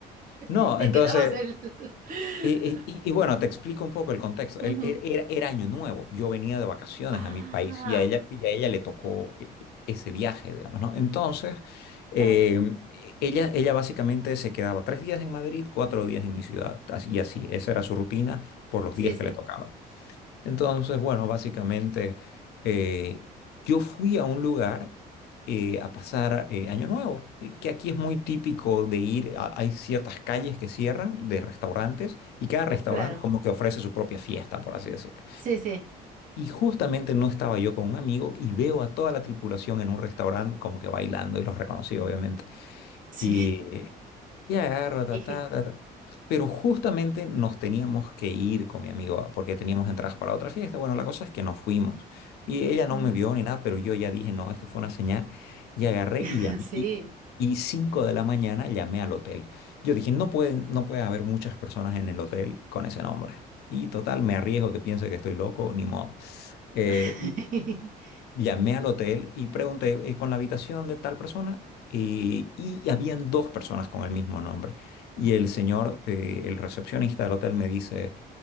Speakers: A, on the right; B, on the left.
A: <laughs>
B: No,
A: y te
B: entonces...
A: quedabas el... <laughs>
B: Y, y- y- y bueno, te explico un poco el contexto.
A: Ujú.
B: El- e- era, era año nuevo, yo venía de vacaciones
A: Ah,
B: a mi país y a ella, y a ella le tocó eh, eh, ese viaje, digamos, ¿no? Entonces, eh,
A: claro.
B: ella, ella básicamente se quedaba tres días en Madrid, cuatro días en mi ciudad, así- y así, esa era su rutina por los
A: Sí,
B: días
A: sí,
B: que le tocaba. Entonces, bueno, básicamente eh, yo fui a un lugar eh, a pasar eh, Año Nuevo, eh, que aquí es muy típico de ir, a- hay ciertas calles que cierran de restaurantes y cada restaurante
A: claro.
B: como que ofrece su propia fiesta, por así decirlo.
A: Sí, sí,
B: Y justamente no estaba yo con un amigo y veo a toda la tripulación en un restaurante como que bailando y los reconocí, obviamente.
A: sí.
B: Y, y agarro,
A: <laughs>
B: ta,
A: Dijiste.
B: ta, ta, ta. Pero justamente nos teníamos que ir con mi amigo porque teníamos entradas para otra fiesta. Bueno, la cosa es que nos fuimos. Y ella no
A: Mm.
B: me vio ni nada, pero yo ya dije, no, esto fue una señal. Y agarré
A: <laughs>
B: y llamé.
A: Sí.
B: Y, y 5 de la mañana llamé al hotel. Yo dije, no puede, no puede haber muchas personas en el hotel con ese nombre. Y total, me arriesgo que piense que estoy loco, ni modo. Eh,
A: <laughs>
B: y llamé al hotel y pregunté eh, con la habitación de tal persona eh, y habían dos personas con el mismo nombre. Y el señor, eh, el recepcionista del hotel me dice,